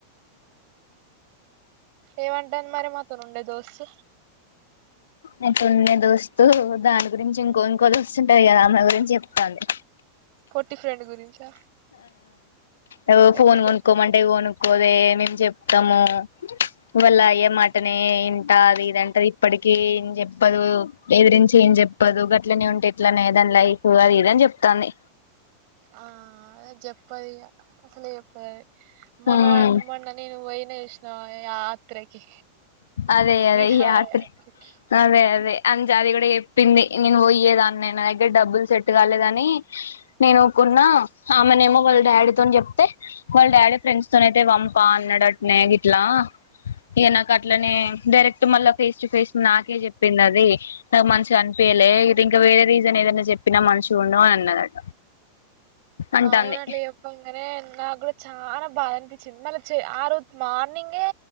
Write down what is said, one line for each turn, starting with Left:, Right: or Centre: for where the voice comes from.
Right: ఏమంటాంది మరి మాతోనుండే దోస్త్
Left: నకుండే దోస్తు దాని గురించి ఇంకో ఇంకో దోస్తుంటది గదా అమ్మె గురించి చెప్తాంది
Right: ఫర్టీ ఫ్రెండ్ గురించా
Left: ఆ ఫోన్
Right: ఎందుకో
Left: కొనుకోమంటె కొను కోదే మేము జెప్తము వాళ్ళయ్య మాటనే ఇదంటది ఇప్పటికి ఏం జెప్పదు బెదిరించి ఏం జెప్పదు గట్లనే ఉంటే ఎట్లనేదాని లైఫ్ అది ఇదని జెప్తాంది
Right: ఆ అది చెప్పదిగ అసలే చెప్పదది మొన్నవా
Left: ఉమ్
Right: మొన్న నేను బొయిన జూష్నవా యాత్రకి
Left: అదే అదే
Right: విహార
Left: యాత్రి
Right: యాత్రకి
Left: అదే అదే జాది గుడ జెప్పింది నేను బొయ్యేదాన్నే నా దగ్గర డబ్బులు సెట్ గాలేదని నేను కొన్నా ఆమెనేమో వాళ్ళ డాడీతోని జెప్తే వాళ్ళ డాడీ ఫ్రెండ్స్ తోనైతే పంపా అన్నడట్నే గిట్లా ఇగ నా అట్లనే డైరెక్ట్ మళ్ళా ఫేస్ టు ఫేస్ నాకే జెప్పిందది నాకు మంచిగా అనిపియలే ఇదింక వేరే రీజన్ ఏదనా చెప్పినా మంచిగుండవ్ అన్నదట అంటాంది
Right: అవునట్ల జెప్పం నాగ్గుడా చాలా బాదనిపిచింది మళ్ళ ఆ రోజు మార్నింగే